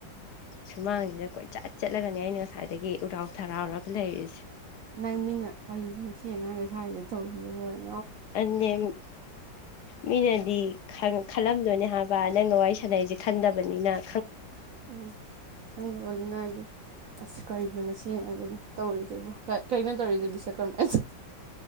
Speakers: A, on the left; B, on the right.
A: ꯁꯨꯃꯥꯡꯁꯤꯗ ꯀꯣꯏꯆꯠ ꯆꯠꯂꯒꯅꯦ ꯑꯩꯅ ꯉꯁꯥꯏꯗꯒꯤ ꯎꯔꯥꯎ ꯊꯔꯥꯎꯔꯒ ꯂꯩꯔꯤꯁꯦ
B: ꯅꯪ ꯃꯤꯅ ꯀꯔꯤꯅꯣ ꯁꯤ ꯑꯉꯥꯡꯁꯦ ꯁ꯭ꯋꯥꯏꯗ ꯇꯧꯔꯤꯁꯤꯕꯣꯅ
A: ꯑꯗꯨꯅꯦ ꯃꯤꯅꯗꯤ ꯈꯜꯂꯝꯗꯣꯏꯅꯦ ꯍꯥꯏꯕ ꯕꯥ ꯅꯪꯒ ꯋꯥꯔꯤ ꯁꯥꯟꯅꯕꯁꯦ ꯈꯪꯗꯕꯅꯤꯅ
B: ꯎꯝ ꯈꯪꯗꯕꯅꯤꯅ ꯍꯥꯏꯗꯤ ꯑꯁ ꯀꯔꯤꯅꯣ ꯃꯁꯤ ꯑꯉꯥꯡꯁꯤꯅ ꯇꯧꯔꯤꯁꯤꯕꯣ ꯀꯩꯅꯣ ꯇꯧꯔꯤꯁꯦ ꯕꯤꯁꯀꯔꯃꯥ ꯑꯁ